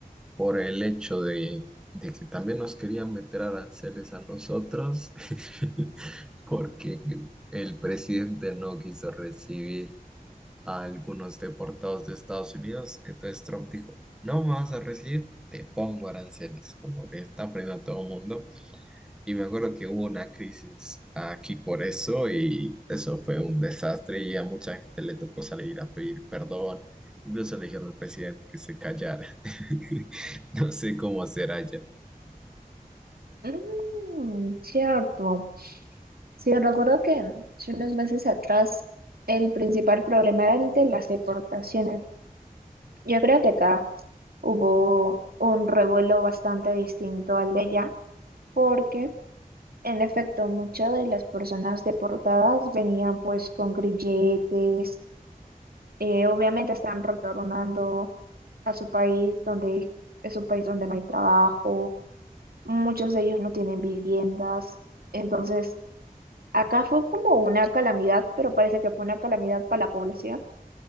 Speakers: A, in the centre; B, on the right.
A: por el hecho de, de que también nos querían meter aranceles a nosotros <laughs> porque el presidente no quiso recibir. a algunos deportados de Estados Unidos. Entonces Trump dijo, no me vas a recibir, te pongo aranceles, como le está poniendo a todo mundo. Y me acuerdo que hubo una crisis aquí por eso y eso fue un desastre y a mucha gente le tocó salir a pedir perdón. Incluso le dijeron al presidente que se callara. <laughs> No sé cómo será ya.
B: Mm, cierto. Sí, recuerdo que hace unos meses atrás el principal problema era el de las deportaciones. Yo creo que acá hubo un revuelo bastante distinto al de allá, porque en efecto muchas de las personas deportadas venían pues con grilletes, eh, obviamente están retornando a su país donde es un país donde no hay trabajo, muchos de ellos no tienen viviendas, entonces Acá fue como una calamidad, pero parece que fue una calamidad para la población,